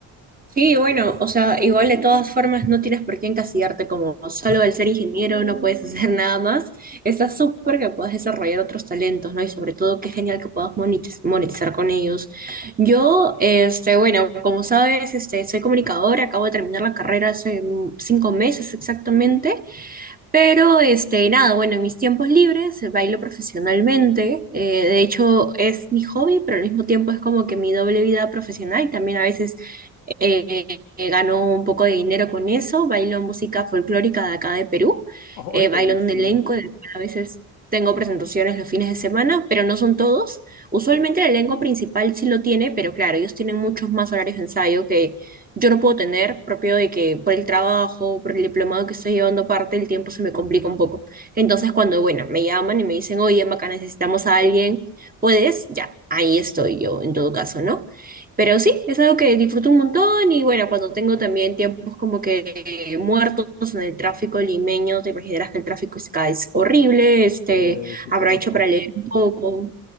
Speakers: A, on the right; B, on the left.
A: Sí, bueno, o sea, igual de todas formas no tienes por qué encasillarte como solo al ser ingeniero no puedes <laughs> hacer nada más. Está súper que puedas desarrollar otros talentos, ¿no? Y sobre todo, qué genial que puedas monetiz- monetizar con ellos. Yo, este, bueno, como sabes, este, soy comunicadora, acabo de terminar la carrera hace mm, cinco meses exactamente, pero, este, nada, bueno, en mis tiempos libres eh, bailo profesionalmente. Eh, de hecho, es mi hobby, pero al mismo tiempo es como que mi doble vida profesional. También a veces eh, eh, ganó un poco de dinero con eso, bailo música folclórica de acá de Perú,
B: <laughs>
A: eh,
B: ¡Ay,
A: bailo
B: buenísimo!
A: en un elenco, del cual a veces tengo presentaciones los fines de semana, pero no son todos. Usualmente el elenco principal sí lo tiene, pero claro, ellos tienen muchos más horarios de ensayo que yo no puedo tener, propio de que por el trabajo, por el diplomado que estoy llevando parte, el tiempo se me complica un poco. Entonces cuando, bueno, me llaman y me dicen, oye, Maca, necesitamos a alguien, ¿puedes? Ya, ahí estoy yo en todo caso, ¿no? Pero sí, es algo que disfruto un montón y bueno, cuando tengo también tiempos como que muertos en el tráfico limeño, te imaginarás que el tráfico es, acá es horrible, este,
B: Eh, sí,
A: aprovecho
B: conozco.
A: para leer un poco.